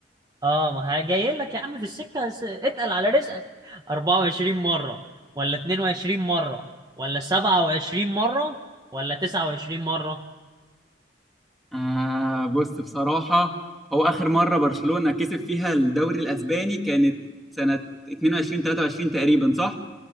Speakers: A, on the right; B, in the centre.
A: آه ما جاي لك يا عم في السكة س- اتقل على رزقك 24 مرة ولا 22 مرة ولا 27 مرة ولا 29 مرة
B: آه بص بصراحة هو آخر مرة برشلونة كسب فيها الدوري الأسباني كانت سنة 22 23 تقريبا صح؟